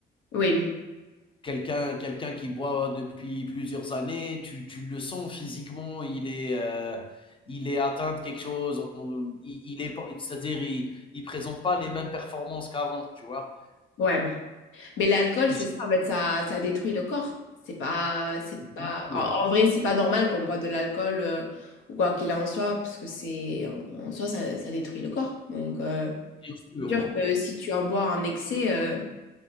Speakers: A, on the left (about 80°); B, on the left (about 25°).
A: Oui,
B: Quelqu'un quelqu'un qui boit depuis plusieurs années, tu tu le sens physiquement, il est, heu, il est atteint de quelque chose, on il il est pas c'est-à-dire il il présente pas les mêmes performances qu'avant, tu vois?
A: ouais. Mais l'alcool,
B: Et
A: c'est ça, en fait, ça, ça détruit le corps. C'est pas, c'est
B: c'est-
A: pas, en, en vrai, c'est pas normal qu'on boit de l'alcool euh, ou quoi qu'il en soit, parce que c'est, en, en soi, ça, ça détruit le corps. Donc, euh,
B: Bien sûr,
A: c'est sûr que si tu en bois en excès, euh,